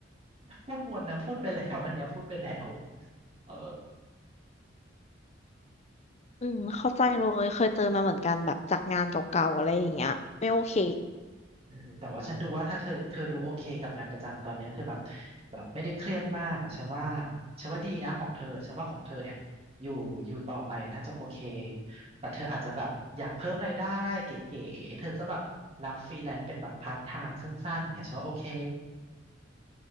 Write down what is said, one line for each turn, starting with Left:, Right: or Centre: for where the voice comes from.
Right: พูดวนนะพูดไปแล้วอันเนี้ยพูดไปแล้วเออ
Left: อืมเข้าใจเลยเคยเจอมาเหมือนกันแบบจากงานเก่าๆอะไรอย่างเงี้ยไม่โอเค
Right: อืมแต่ว่าฉันดูว่าถ้าเธอเธอดูโอเคกับงานประจำตอนเนี้ยเธอแบบแบบไม่ได้เครียดมากอ่ะฉันว่าฉันว่าดีนะของเธอฉันว่าของเธอเนี่ยอยู่อยู่ต่อไปน่าจะโอเคแต่เธออาจจะแบบอยากเพิ่มรายได้เก๋ๆเธอก็แบบรับฟรีแลนซ์เป็นแบบพาร์ทไทม์สั้นๆเนี่ยฉันว่าโอเค